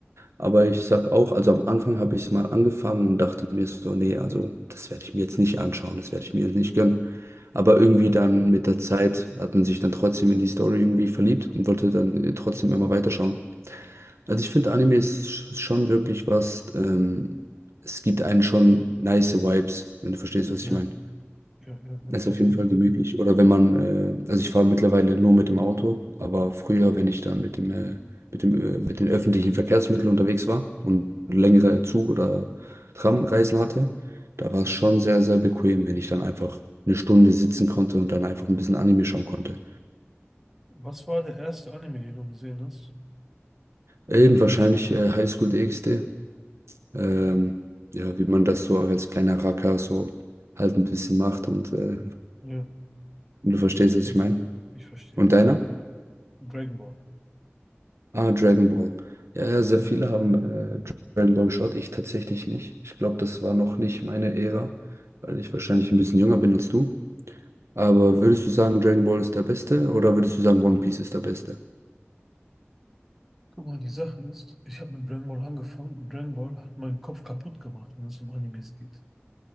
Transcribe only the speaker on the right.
Aber ich sag auch, also am Anfang habe ich es mal angefangen und dachte mir so, nee, also das werde ich mir jetzt nicht anschauen, das werde ich mir jetzt nicht gönnen. Aber irgendwie dann mit der Zeit hat man sich dann trotzdem in die Story irgendwie verliebt und wollte dann äh, trotzdem immer weiterschauen. Also ich finde, Anime ist sch- schon wirklich was, ähm, es gibt einen schon nice Vibes, wenn du verstehst, was
ich meine.
Das ist
auf jeden
Fall
gemütlich. Oder wenn man, äh, also ich fahre mittlerweile nur mit dem Auto, aber früher, wenn ich dann mit dem, äh, mit dem, äh, mit den öffentlichen Verkehrsmitteln unterwegs war und längere Zug- oder Tramreisen hatte, da war es schon sehr, sehr bequem, wenn ich dann einfach eine Stunde sitzen konnte und dann einfach ein bisschen Anime schauen konnte.
Eben wahrscheinlich äh, Highschool DxD. Ähm, ja, wie man das so als kleiner Racker so halt ein bisschen macht und äh,
du verstehst, was
ich meine.
Und deiner?
Ah, Dragon Ball. Ja, ja, sehr viele haben äh, Dragon Ball geschaut. Ich tatsächlich nicht. Ich glaube, das war noch nicht meine Ära, weil ich wahrscheinlich ein bisschen jünger bin als du. Aber würdest du sagen, Dragon Ball ist der Beste oder würdest du sagen, One Piece ist der Beste?